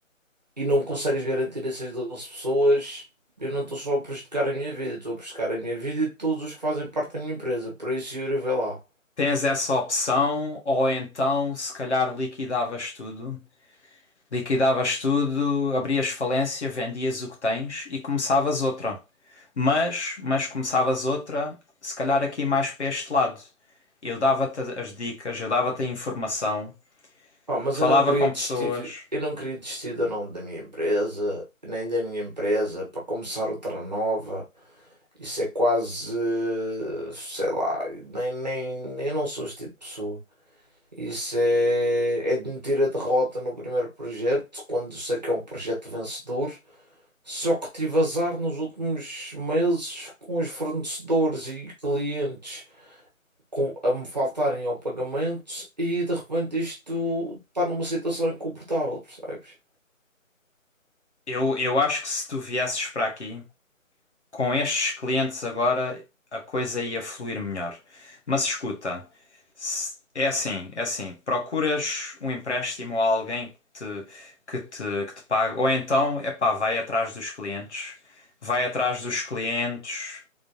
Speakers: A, on the right (about 30°); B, on the left (about 55°).
A: e não consegues garantir essas 12 pessoas, eu não estou só a prejudicar a minha vida, estou a prejudicar a minha vida e de todos os que fazem parte da minha empresa. Por isso, Yuri, vê lá.
B: Tens essa opção, ou então, se calhar, liquidavas tudo. Liquidavas tudo, abrias falência, vendias o que tens e começavas outra. Mas, mas começavas outra, se calhar aqui mais para este lado. Eu dava-te as dicas, eu dava-te a informação,
A: Pá, mas
B: falava
A: eu não queria
B: com
A: desistir,
B: pessoas.
A: eu não queria desistir do nome da minha empresa, nem da minha empresa, para começar outra nova. Isso é quase, eh, sei lá, nem, nem, eu não sou este tipo de pessoa. Isso é, é admitir a derrota no primeiro projeto, quando eu sei que é um projeto vencedor. Só que tive azar nos últimos meses com os fornecedores e clientes com- a me faltarem ao pagamento e de repente isto está numa situação incomportável, percebes?
B: Eu, eu acho que se tu viesses para aqui, com estes clientes agora a coisa ia fluir melhor. Mas escuta, se- é assim, é assim, procuras um empréstimo a alguém que te, que te, que te pague, ou então, epá, vai atrás dos clientes, vai atrás dos clientes,